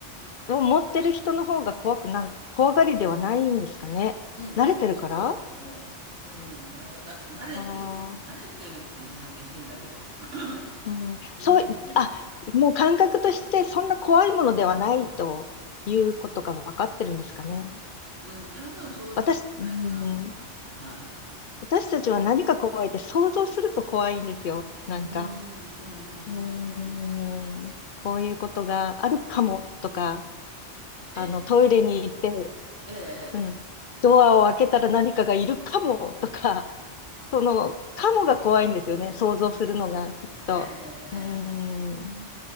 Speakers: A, on the left; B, on the right.
A: を持ってる人の方が怖くな、怖がりではないんですかね。
B: うん、
A: 慣れてるから
B: 多分そうだと思う。うん、なんかだ、慣れてる、
A: あ
B: 慣れてるってなんか変だけど、
A: ー
B: <clears throat>
A: うん、
B: う
A: そう、あ、
B: ん、
A: もう感覚としてそんな怖いものではないということが分かってるんですかね。
B: うん、多分そうなんじゃないかなと思いますね、
A: 私、うん、
B: はい。
A: 私たちは何が怖いって想像すると怖いんですよ。なんか、
B: うん、うん、うん、うん、
A: うん、
B: うん。
A: こういうことがあるかもとか、あの、
B: え、そうい
A: トイレに行って、
B: ええ、ええ。
A: うん、ドアを開けたら何かがいるかもとか、その、カモが怖いんですよね。想像するのが、
B: ああ、なるほど。
A: きっと。
B: ええ、ええ、
A: うーん。
B: ええ。うー